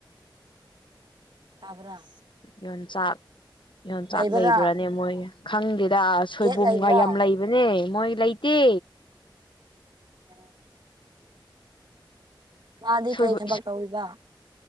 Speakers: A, on the right; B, on the left.
A: ꯇꯥꯕ꯭ꯔꯥ
B: ꯌꯣꯟꯆꯥꯛ ꯌꯣꯟꯆꯥꯛ
A: ꯂꯩꯕ꯭ꯔꯥ
B: ꯂꯩꯕ꯭ꯔꯅꯦ ꯃꯣꯏ ꯈꯪꯗꯦꯗ ꯑ ꯁꯣꯏꯕꯨꯝꯒ
A: ꯒꯦꯠ ꯂꯩꯕ꯭ꯔꯥ
B: ꯌꯥꯝ ꯂꯩꯕꯅꯦ ꯃꯣꯏ ꯂꯩꯇꯦ
A: ꯎꯝ ꯃꯥꯗꯤ
B: ꯁꯣꯏꯕꯨꯝ
A: ꯀꯩ ꯊꯕꯛ ꯇꯧꯔꯤꯕ